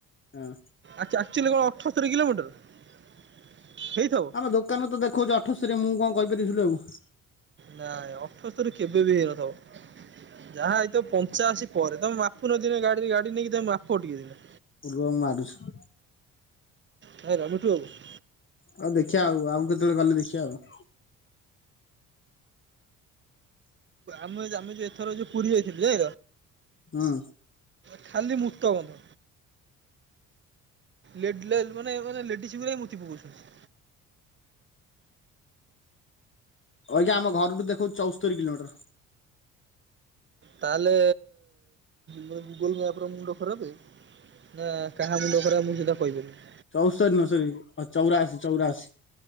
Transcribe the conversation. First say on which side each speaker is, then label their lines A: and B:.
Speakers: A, on the left (about 30°); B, on the right (about 30°).
A: ହଁ।
B: ଆଚ୍ଛା ଆକଚୁଆଲି କଣ ଅଠସ୍ତୁରୀ କିଲୋମିଟର ହେଇଥବ?
A: ଆମ ଦୋକାନରୁ ତ ଦେଖାଉଛି ଅଠସ୍ତୁରି ମୁଁ କଣ କହିପାରିବି ସେୟିଟାକୁ।
B: ନାଇଁ ଅଠସ୍ତୁରି କେବେ ବି ହେଇନଥିବ। ଯାହା ହେଇଥିବ ପଞ୍ଚାଅସି ପରେ ତମେ ମାପୁନ ଦିନେ ଗାଡିରେ ଗାଡି ନେଇକି ତମେ ମାପ ଟିକେ ଦିନେ।
A: ରୁହ ମୁଁ ମାରୁଛି।
B: ଭାଇ ର <unintelligible>
A: ହଉ ଦେଖିବା ଆଉ ଆଉ କେତେବେଳେ ଗଲେ ଦେଖିବା ଆଉ।
B: ଆମ ଆମେ ଯୋଉ ଏଥର ଯୋଉ ପୁରୀ ଯାଇଥିଲି ଯେ
A: ହଁ।
B: ଖାଲି ମୁତ ଗନ୍ଧ। ଲେଡ୍ ଲେଲ୍ ମାନେ ମାନେ ଲେଡିଜ ବି ଯାଇକି ମୁତି ପକଉଛନ୍ତି।
A: ଅଇକା ଆମ ଘରଠୁ ଦେଖୁଉଚି ଚଉସ୍ତରି କିଲୋମିଟର।
B: ତାହେଲେ ଗୁଗୁଲ ମ୍ୟାପ ର ମୁଣ୍ଡ ଖରାପ। ନା କାହା ମୁଣ୍ଡ ଖରାପ ମୁଁ ସେଇଟା କହିପାରିବିନି।
A: ଚଉସ୍ତରିି ନୁହଁ ସରି ଚଉରାଅଶୀ ଚଉରାଅଶୀ।